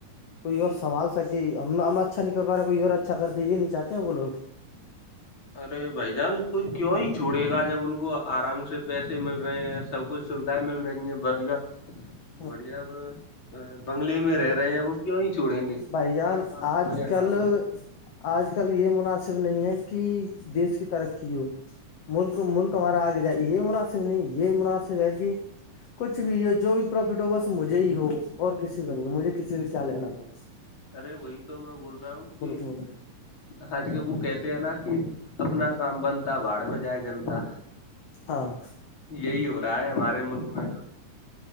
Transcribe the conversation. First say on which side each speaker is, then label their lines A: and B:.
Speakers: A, on the left (about 50°); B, on the left (about 35°).
A: کوئی اور سبھال سکے ہم اچھا نہیں کر پا رہا کوئی اور اچھا کر د یہ نہیں چاہتے وہوگ
B: ارے بھ جان کوئی کیوں ہی چھوڑے گا جب ان کو آرام سے پیسے مل رہے ہیں سب کچھ سویدھائیں مل رہی ہیں بڑھیا
A: ج
B: بڑھیاب بنگلے میں رہ رہے ہیں وہ کیوں ہی چھوڑیں گے کیا
A: بھائی جان آج
B: کام ہو یا
A: کل
B: نہ ہو
A: آج کل یہ مناسب نہیں ہے کہ دیش کی ترقی ہو ملک ملک ہمارا آگے جائے یہ مناسب نہیں یہ مناسب ہے کہ کچھ بھی یہ جو بھی پٹو بس مجھے ہی ہو اور کسی کو نہیں ہو مجھے کسی سے کیا لینا میرا
B: ارے بی تو میں بول رہا ہوں کہ
A: میں
B: حجی ببو کہتے ہیں نا کہ اپنا کام بنتا باڑ میں جائے جنتا
A: ہاں
B: یہی ہو رہا ہے ہمارے ملک میں تو